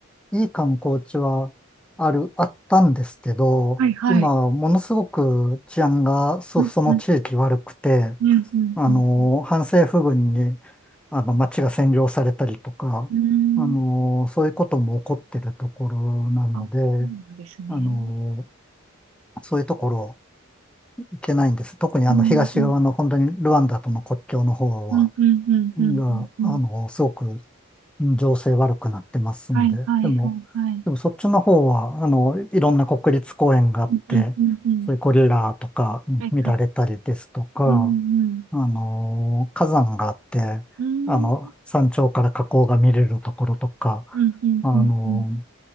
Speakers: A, in the centre; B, on the right.
A: いい観光地はある、あったんですけど、
B: はいはい。
A: 今、ものすごく治安がそ、
B: うんうん
A: その地域悪くて、
B: うんうんうん
A: あのー反政府軍に、あの、街が占領されたりとか、
B: うん。うー
A: あのーそういうことも起こってるところなので、
B: ん。あ、そうなんですね。
A: あのーそういうところいけないんです。特にあの東側の本当にルワンダとの国境の方は、
B: うんうんうんうんうんうんうんうん。
A: が、あの、すごく情勢悪くなってますんで。
B: はいはいはいはい。
A: でも、でもそっちの方は、あの、いろんな国立公園があって、
B: うんうんうんうん。
A: そういうゴリラとかうん見られたりですとか、
B: はいはい。うんうん。
A: あの、火山があって、
B: うーん。
A: あの、山頂から火口が見れるところとか、
B: うん、うん、
A: あの、
B: うん、うん。